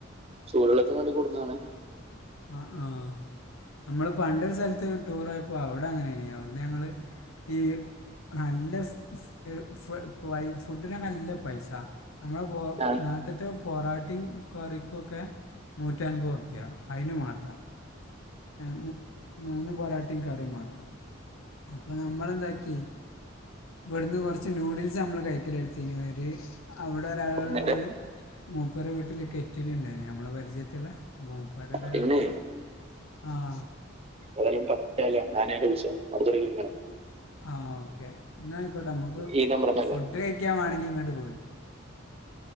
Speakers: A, on the right; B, on the left.
A: സൂടുവെള്ളത്തിന് വേണ്ടി കൊട്ന്നാണേ?
B: ആ ആഹാ ഞ്ഞമ്മള് പണ്ടൊരു സ്ഥലത്ത് ടൂറോയപ്പോ അവ്ടങ്ങനേനി അവിടുന്നങ്ങള് ഈ നല്ലെ ഫ് ഫ് എഹ് വൈ ഫുഡിനൊക്കെ നല്ല പൈസാ അമ്മളെ പൊ
A: ഞാൻ
B: നാട്ട്ത്തെ പൊറാട്ടീം കറിക്കൊക്കെ നൂറ്റൻപർറുപ്പ്യാ അയിന് മാത്രം ഏഹ് മൂന്ന് പൊറാട്ടിം കറിം മാത്രം അപ്പൊ നമ്മളെന്താക്കി ഇവിടുന്ന് കൊറച്ച് നൂഡിൽസമ്മള് കഴിക്കലെടുത്തീന് ഒര് അവിടെ ഒരാളോട്
A: എന്നിട്ട്
B: പോയി മൂപ്പരെ വീട്ടില് കെറ്റില്ണ്ടായീനി അമ്മളെ പരിചയത്ത്ള്ളെ മൂപ്പര്താക്കി
A: പിന്നെ
B: ആഹാ
A: <unintelligible> ആനേടെ വിഷയം അട്ത്തരവിന്‌ കാണം.
B: ആ ഓക്കേ ഇന്നാ അയ്കോട്ടെ അമ്മക്
A: ഈ നമ്പർ ഒന്നല്ല
B: ഫുഡ്ഡ് കഴി ണെങ്കി ഇങ്ങട്ട് പോര്